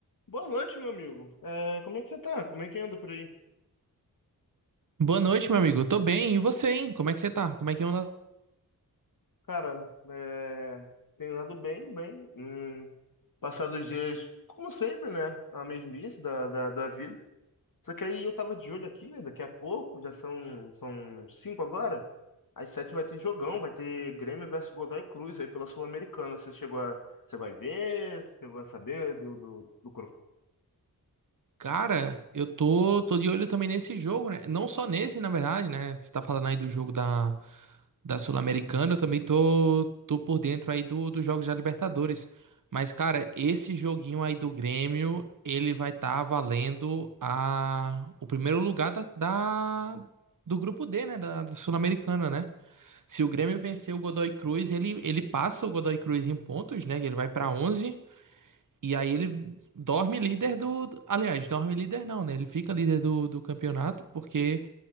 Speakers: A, on the left (about 65°); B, on the right (about 60°).
A: Boa noite, meu amigo. É, como é que você tá? Como é que anda por aí?
B: Boa noite, meu amigo. Eu tô bem. E você, hein? Como é que você tá? Como é que anda?
A: Cara, é, tenho andado bem, bem. Hum, passado os dias, como sempre, né? A mesmice da, da, da vida. Só que aí eu tava de olho aqui, né? Daqui a pouco, já são, são cinco agora. Às sete vai ter jogão, vai ter Grêmio versus Godoy Cruz aí pela Sul-Americana. Você chegou a. Você vai ver? Você chegou a saber do, do, do
B: Cara, eu tô, tô de olho também nesse jogo, né? Não só nesse, na verdade, né? Você tá falando aí do jogo da, da Sul-Americana, eu também tô, tô por dentro aí do, dos jogos da Libertadores. Mas, cara, esse joguinho aí do Grêmio, ele vai estar valendo a, o primeiro lugar da, da- do grupo D, né? Da, da Sul-Americana, né? Se o Grêmio vencer o Godoy Cruz, ele, ele passa o Godoy Cruz em pontos, né? Ele vai para 11 e aí ele dorme líder do. Aliás, dorme líder não, né? Ele fica líder do, do campeonato porque